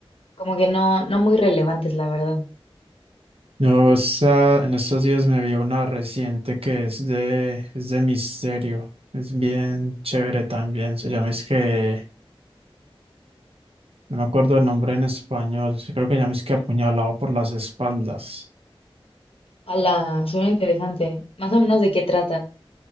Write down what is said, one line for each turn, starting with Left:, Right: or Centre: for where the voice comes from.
Left: como que no, no muy relevantes, la verdad.
Right: Yo esta- en estos días me vi una reciente que es de, es de misterio. Es bien chévere también. Se llama es que, no me acuerdo el nombre en español. sí, Creo que se llama es que apuñalado por las espaldas.
Left: Ala, suena interesante. Más o menos de qué trata.